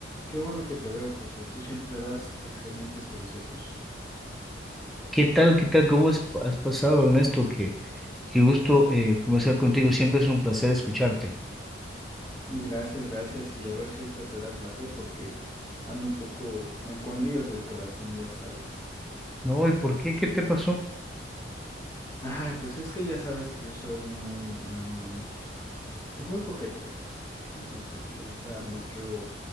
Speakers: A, on the left; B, in the centre.
A: Qué bueno que te veo, José. Tú siempre das excelentes consejos.
B: ¿Qué tal? ¿Qué tal? ¿Cómo has has pasado, Ernesto? Qué, qué gusto eh, conversar contigo. Siempre es un placer escucharte.
A: Gracias, gracias. Y a ver si ahorita te da placer porque ando un poco con, con líos del corazón, ya sabes.
B: No, ¿y por qué? ¿Qué te pasó?
A: Ay, pues es que ya sabes que yo soy muy, am, pues muy coqueto, ya sabes, ¿no? Entonces me gusta mucho